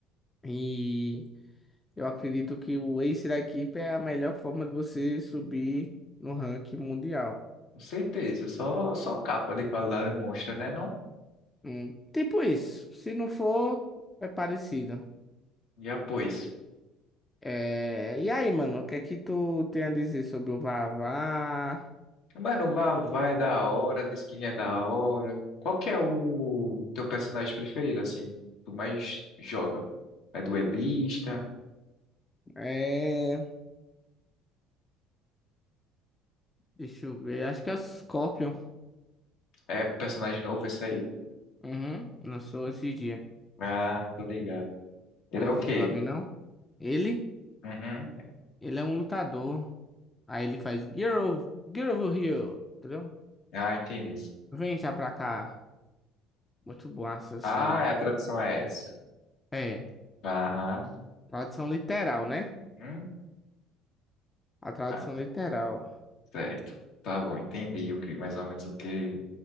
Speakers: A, on the left; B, on the left.
A: E eu acredito que o ace da equipe é a melhor forma de você subir no ranking mundial.
B: Com certeza. Só, só capa de qualidade mostra, né, não?
A: Hum, tipo isso. Se não for, é parecido.
B: E após.
A: É, e aí, mano, o que é que tu tem a dizer sobre o Vavá?
B: Mano, o Vavá é da hora, a skin é da hora. Qual que é o teu personagem preferido, assim? Tu mais joga? É duelista?
A: É, deixa eu ver, acho que é o Scorpion.
B: É personagem novo esse aí?
A: Uhum, lançou esse dia.
B: Ah, tô ligado. Ele
A: Não
B: é o quê?
A: chegou a ver, não? Ele,
B: Uhum.
A: ele é um lutador. Aí ele faz Girl, Girl over here, entendeu?
B: Ah, entendi.
A: Vem já pra cá. Muito boaça, assim.
B: Ah, é, a tradução é essa.
A: É,
B: Aham.
A: tradução literal, né?
B: Uhum.
A: A tradução
B: Ah,
A: literal.
B: certo. Tá bom, entendi o que, mais ou menos o que